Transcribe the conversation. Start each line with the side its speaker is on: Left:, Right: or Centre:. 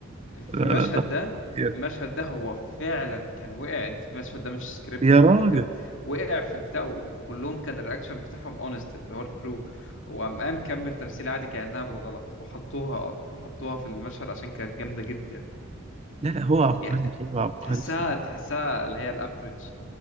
Left: في
Right: آه. لا
Left: المشهد
Right: لا ده
Left: ده
Right: خطير.
Left: المشهد ده هو فعلا كان وقع المشهد ده مش سكريبتد
Right: يا راجل
Left: هو كان وقع في البتاع وكلهم كان الرياكشن بتاعهم اونست اللي هو الكرو وقام قام كمل تمثيل عادي كأنها بالغلط وحطوها وحطوها في المشهد عشان كانت جامدة جدا
Right: لا لا هو عبقري
Left: يعني
Right: هو عبقري
Left: تحسها
Right: بصراحة
Left: تحسها اللي هي الافريج